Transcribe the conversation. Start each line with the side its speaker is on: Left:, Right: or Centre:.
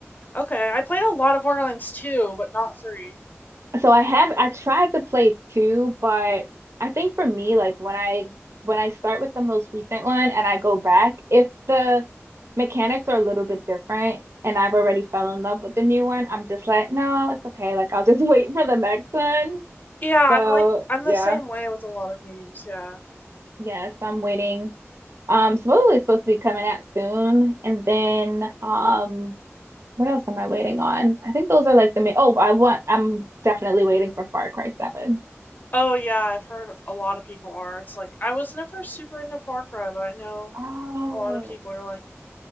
Left: Okay, I played a lot of Borderlands 2, but not 3.
Right: So I have I tried to play 2, but I think for me like when I when I start with the most recent one and I go back, if the mechanics are a little bit different and I've already fell in love with the new one, I'm just like, no, it's okay. Like I'll just <laughs> wait for the next one.
Left: Yeah, I'm
Right: So,
Left: like I'm
Right: yeah,
Left: the same way with a lot of games, yeah.
Right: Yes, I'm waiting. Um, supposedly it's supposed to be coming out soon. And then um what else am I waiting on? I think those are like the main oh, I want I'm definitely waiting for Far Cry 7.
Left: Oh yeah, I've heard a lot of people are. It's like I was never super into Far Cry, but I know
Right: Oh,
Left: a lot of people are like